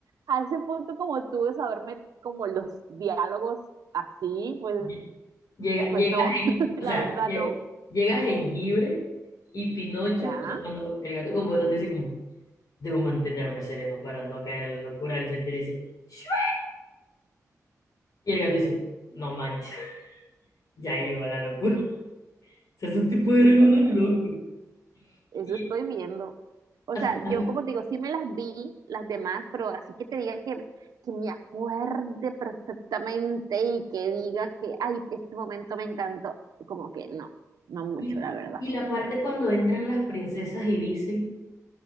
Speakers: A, on the right; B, on the left.
A: a ese punto como tú de saberme como los diálogos así, pues,
B: lle- llega,
A: pues
B: llegas
A: no,
B: en,
A: <laughs> la
B: o sea,
A: verdad
B: lle-
A: no.
B: llega jengibre y Pinocho,
A: Ya,
B: o sea, cuando el gato con botas dice como, debo mantenerme sereno para no caer en la locura, él se tira y dice, "Shua". y el gato dice, no manches, <laughs> ya llegó la locura. <laughs> O sea, esos tipos
A: vale.
B: eran unos locos.
A: Eso
B: Y,
A: estoy viendo. O
B: o
A: sea,
B: sea,
A: yo
B: a mí-
A: como te digo, sí me las vi, las demás, pero así que te diga que, que me acuerde perfectamente y que diga que, ay, este momento me encantó, como que no, no mucho,
B: y,
A: la verdad.
B: y la parte cuando entran las princesas y dicen,